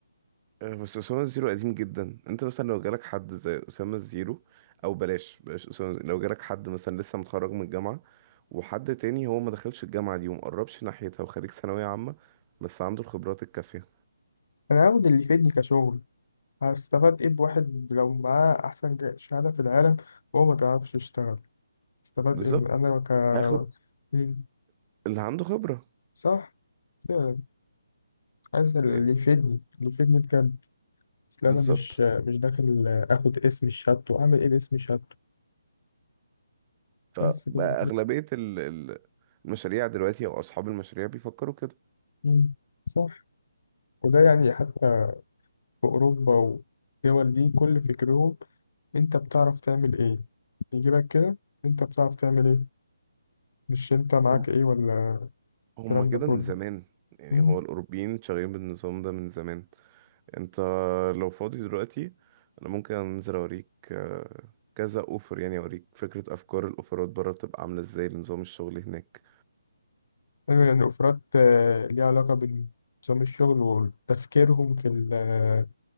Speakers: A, on the right (about 25°); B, on the left (about 60°).
A: آه، بس أسامة الزيرو قديم جدا انت مثلا لو جالك حد زي أسامة الزيرو او بلاش بلاش أسامة الزيرو. لو جالك حد مثلا لسه متخرج من الجامعة وحد تاني هو ما دخلش الجامعة دي ومقربش ناحيتها وخريج ثانوية عامة بس عنده الخبرات الكافية
B: أنا هاخد اللي يفيدني كشغل هستفاد إيه بواحد لو معاه أحسن جا- شهادة في العالم وهو ما بيعرفش يشتغل استفاد
A: بالظبط
B: إيه من- أنا ك
A: هاخد
B: مم.
A: اللي عنده خبرة
B: صح آه، عايز اللي
A: فاهم
B: يفيدني اللي يفيدني بجد أصل
A: بالظبط
B: أنا مش آه، مش داخل آه، آخد اسم الشهادته أعمل إيه باسم شهادته
A: فأغلبية
B: بس كده
A: ال- ال- المشاريع دلوقتي أو أصحاب المشاريع بيفكروا كده
B: مم. صح وده يعني حتى في أوروبا والدول دي كل فكرهم أنت بتعرف تعمل إيه يجيبك كده أنت بتعرف تعمل إيه مش أنت معاك
A: هم
B: إيه ولا
A: هم
B: الكلام
A: كده
B: ده كله
A: من زمان يعني
B: مم.
A: هو الأوروبيين شغالين بالنظام ده من زمان أنت لو فاضي دلوقتي أنا ممكن أنزل أوريك آه، كذا أوفر يعني أوريك فكرة أفكار الأوفرات بره بتبقى عاملة إزاي لنظام الشغل هناك
B: أيوة يعني أوفرات آه، ليها علاقة بنظام الشغل وتفكيرهم في ال- آه،